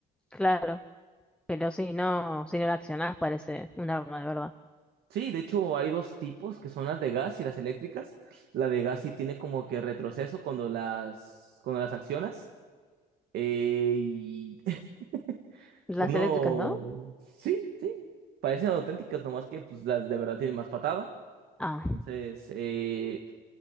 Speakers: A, in the centre; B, on the right.
A: claro. Pero si no, si no la accionás parece un arma de verdad.
B: Sí, de hecho hay dos tipos que son las de gas y las eléctricas. La de gas sí tiene como que retroceso cuando las, cuando las accionas. eh, y <laughs>
A: Las
B: uno,
A: eléctricas, ¿no?
B: sí, sí, parecen auténticas, nomás que pues las de verdad tienen más patada.
A: Ah,
B: Entonces, eh,